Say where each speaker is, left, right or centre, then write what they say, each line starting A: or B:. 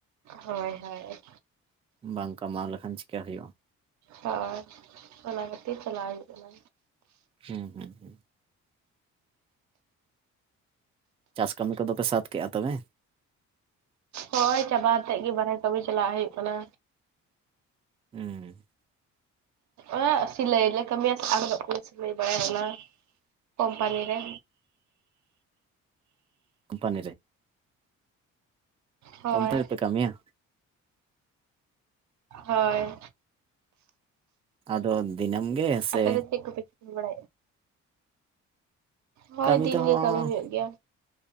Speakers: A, on the right; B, on the right.
A: ᱦᱳᱭ ᱦᱳᱭ
B: ᱵᱟᱝ ᱠᱟᱢᱟᱣ ᱞᱮᱠᱷᱟᱱ ᱪᱮᱠᱟ ᱦᱩᱭᱩᱜᱼᱟ᱾
A: ᱦᱳᱭ ᱚᱱᱟ ᱠᱷᱟᱹᱛᱤᱨ ᱪᱟᱞᱟᱣ ᱦᱩᱭᱩᱜ ᱠᱟᱱᱟ᱾
B: ᱦᱩᱸ ᱦᱩᱸ ᱦᱩᱸ ᱪᱟᱥ ᱠᱟᱹᱢᱤ ᱠᱚᱫᱚ ᱯᱮ ᱥᱟᱫ ᱠᱮᱫᱼᱟ ᱛᱚᱵᱮ?
A: ᱦᱳᱭ ᱪᱟᱵᱟ ᱠᱟᱛᱮᱫ ᱜᱮ ᱵᱟᱨᱦᱮ ᱠᱟᱹᱢᱤ ᱪᱟᱞᱟᱣ ᱦᱩᱭᱩᱜ ᱠᱟᱱᱟ᱾
B: ᱦᱩᱸ
A: ᱟᱜ ᱥᱤᱞᱟᱹᱭᱤᱱᱮ ᱠᱟᱹᱢᱤᱭᱟ ᱥᱮ <unintelligible> <unintelligible> ᱥᱤᱞᱟᱹᱭ ᱵᱟᱲᱟᱭ ᱚᱱᱟ ᱠᱳᱢᱯᱟᱱᱤ ᱨᱮ᱾
B: ᱠᱳᱢᱯᱟᱱᱤ ᱨᱮ
A: ᱦᱳᱭ
B: ᱠᱳᱢᱯᱟᱱᱤ ᱨᱮᱯᱮ ᱠᱟᱹᱢᱤᱭᱟ?
A: ᱦᱳᱭ
B: ᱟᱫᱚ ᱫᱤᱱᱢ ᱜᱮ ᱥᱮ
A: ᱟᱯᱮ ᱫᱚ ᱪᱮᱫ ᱠᱚᱯᱮ ᱪᱤᱠᱟᱹ ᱵᱟᱲᱟᱭᱼᱟ? ᱦᱳᱭ
B: ᱠᱟᱹᱢᱤ
A: ᱫᱤᱱ
B: ᱫᱚ ᱦᱚᱸ
A: ᱜᱮ ᱠᱟᱹᱢᱤ ᱦᱩᱭᱩᱜ ᱜᱮᱭᱟ᱾